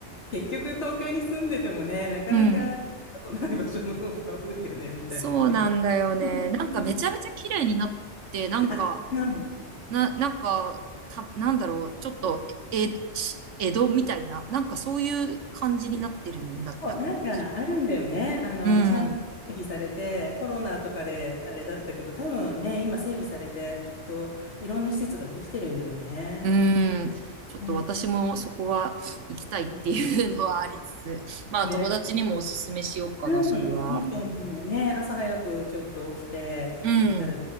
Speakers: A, on the left (about 70°); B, on the right (about 80°).
A: 結局東京に住んでてもね、なかなか行くことない場所の方が多いよね、
B: うん。
A: みたいなね。
B: そうなんだよね。
A: <laughs>
B: なんかめちゃめちゃ綺麗になって、なんか、
A: あ、うん。
B: な、なんか、た、なんだろう、ちょっと、え、えし江戸みたいな、なんかそういう感じになってるんだった。
A: そうなんかあるんだよね。
B: 確か
A: あの、
B: うん。
A: ちゃんと整備されて、コロナとかであれだったけど、多分ね、今整備されて、きっといろんな施設ができてるんだよね。
B: うーん。ちょっと私もそこは行きたいっていうのはありつつ、
A: ね。そうだ
B: <laughs> まあ友達にもおすすめしようかな、
A: ねうん、
B: それは。
A: いいと思うね。朝早くちょっと起きて行ったら、
B: うん。